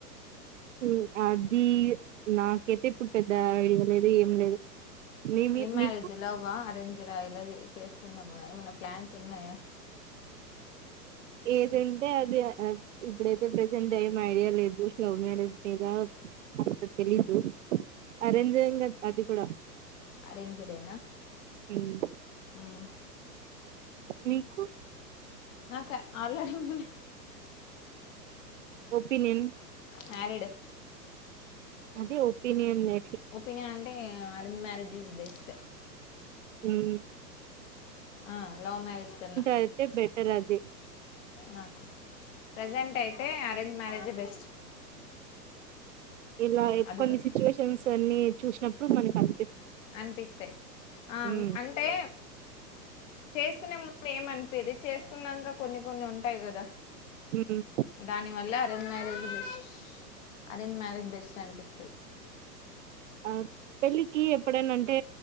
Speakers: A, on the right; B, on the left.
A: ఉమ్ అది నాకైతే ఇప్పుడు పెద్ద ఐడియా లేదు ఏం లేదు. నీవి
B: ఏం మ్యారేజ్
A: నీకు
B: లవ్ వా అరేంజ్డ్ ఎలా చెస్-చేసుకుందాం మన ఏమైన్నా ప్లాన్స్ ఉన్నాయా
A: ఏదీ అంటే అది ఇప్పుడైతే ప్రెజెంట్ ఏం ఐడియా లేదు లవ్ మ్యారేజ్ మీద తెలీదు. అరేంజె ఇంగ అది కూడా
B: అరేంజ్డే నా.
A: హ్మ్.
B: ఉమ్
A: మీకు.
B: క ఆల్ రెడీ ఉంది
A: ఒపీనియన్.
B: మ్యారీడ్.
A: అదే ఒపీనియన్ లే
B: ఒపీనియన్ అం టే అరేంజ్ మ్యారేజ్ ఇస్ బెస్ట్
A: హ్మ్.
B: ఆ లవ్ మ్యారేజ్ కన్నా
A: అయితే బెటర్ అది
B: నాకు ప్రెజెంట్ అయితే అరేంజ్ మ్యారేజె బెస్ట్.
A: ఇలా
B: అది
A: కొన్ని
B: కూడా
A: సిచ్యువేషన్స్ అన్ని చూసినప్పుడు మనకి అ
B: అనిపిస్తే ఆ
A: ఉమ్,
B: అంటే చేసుకునే ము దు ఏమనిపిదు చేసుకున్నాక కొన్ని కొన్ని ఉంటాయి కదా
A: ఉమ్,
B: దాని వల్ల arrange marriage arrange marriage best అనిపిస్తది
A: ఆ పెళ్ళికి ఎప్పుడైనా అంటే